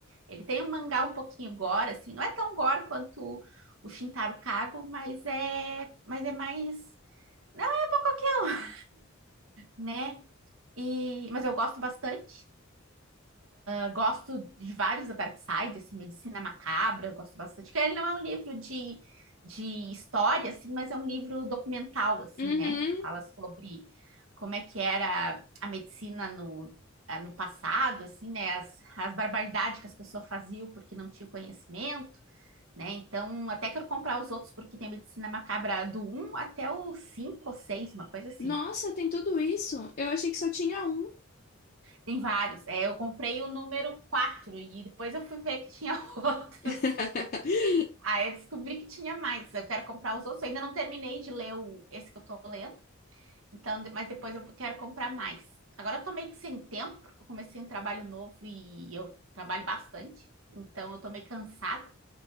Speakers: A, on the right; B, on the left.
A: Ele tem um mangá um pouquinho gore, assim, não é tão gore quanto o Shintaro Kago, mas é, mas é mais, não é pra qualquer um, né? E, mas eu gosto bastante. Eu gosto de vários da Dark Side, assim, Medicina Macabra, eu gosto bastante. Que ele não é um livro de, de história, assim, mas é um livro documental, assim,
B: Uhum.
A: né? Fala sobre como é que era a medicina no, ah, no passado, assim, né? As, as barbaridades que as pessoas faziam porque não tinham conhecimento, né? Então, até quero comprar os outros porque tem Medicina Macabra do um até o 5 ou seis uma coisa assim.
B: Nossa, tem tudo isso? Eu achei que só tinha um.
A: Tem vários. É, eu comprei o número 4 e depois eu fui ver que tinha <laughs> outros.
B: <laughs>
A: Aí eu descobri que tinha mais. Eu quero comprar os outros. Eu ainda não terminei de ler o, esse que eu tô lendo. Então, mas depois eu quero comprar mais. Agora eu tô meio que sem tempo, porque eu comecei um trabalho novo e eu trabalho bastante. Então eu tô meio cansada.